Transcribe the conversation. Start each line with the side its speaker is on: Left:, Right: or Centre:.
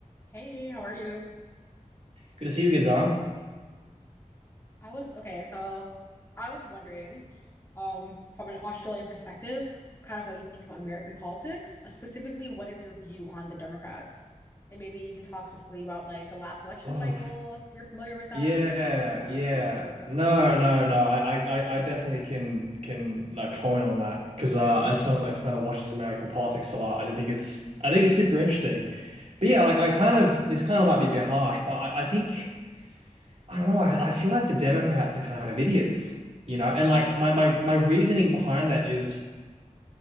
Left: Hey, how are you?
Right: Good to see you again, Zara.
Left: I was okay, so I was wondering, um, from an Australian perspective, kind of what you think about American politics. Uh, Specifically, what is your view on the Democrats? And maybe you can talk specifically about like the last election
Right: Oh,
Left: cycle, if you're familiar with that,
Right: yeah,
Left: but just in general,
Right: yeah.
Left: your view on the Democrats.
Right: No, no, no. I, I, I I definitely can can like comment on that because uh, as someone that kind of watches American politics a lot, I do think it's I think it's super interesting. But yeah, like I kind of this kind of might be a bit harsh, but I, I think I don't know. I, I feel like the Democrats are kind of idiots, you know. And like
Left: Hmm,
Right: my my my reasoning behind that is,